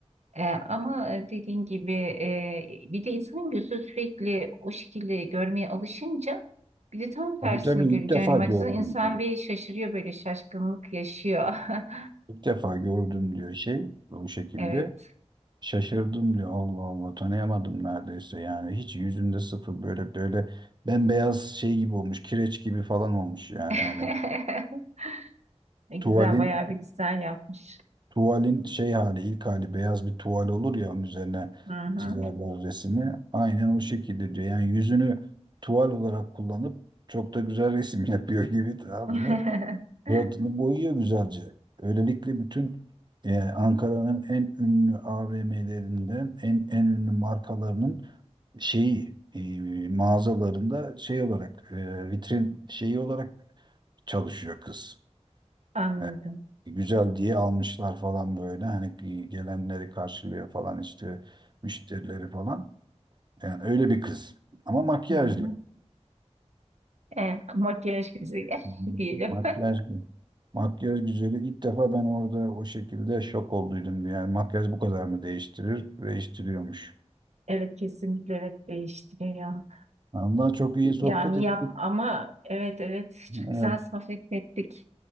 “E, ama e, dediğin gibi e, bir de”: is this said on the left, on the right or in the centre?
Right